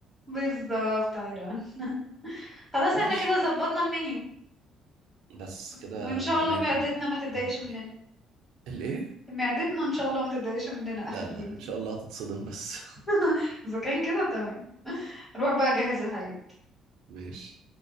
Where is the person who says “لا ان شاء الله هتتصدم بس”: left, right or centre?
Right